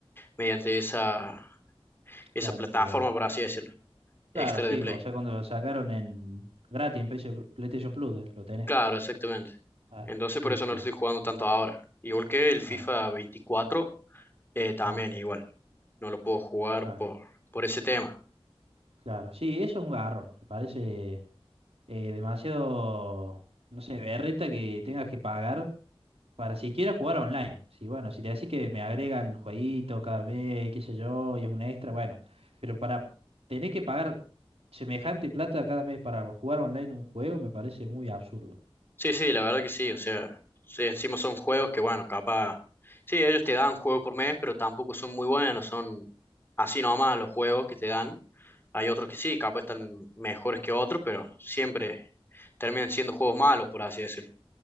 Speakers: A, on the left; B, on the right.
A: mediante esa, esa
B: claro,
A: plataforma,
B: mientras el...
A: por así decirlo,
B: Claro,
A: extra
B: sí,
A: de Play.
B: o sea, cuando lo sacaron en gratis en PS- PlayStation Plus, eh, lo tenés.
A: Claro, exactamente.
B: Claro,
A: Entonces
B: sí,
A: por eso
B: sí,
A: no lo estoy
B: sí,
A: jugando tanto ahora. Igual que el
B: claro,
A: FIFA 24, eh, también
B: mm,
A: igual, no lo puedo jugar
B: claro,
A: por, por ese tema.
B: claro. Sí, eso es un garrón, me parece eh, demasiado, no sé, berreta que tengas que pagar para siquiera jugar online. Sí, bueno, si te decís que me agregan jueguito cada mes, qué sé yo, y es una extra, bueno, pero para tener que pagar semejante plata cada mes para jugar online un juego me parece muy absurdo.
A: Sí, sí, la verdad que sí, o sea, sí, encima son juegos que, bueno, capaz, sí, ellos te dan juegos por mes, pero tampoco son muy buenos, son así nomás los juegos que te dan. Hay otros que sí, capaz están mejores que otros, pero siempre terminan siendo juegos malos, por así decirlo.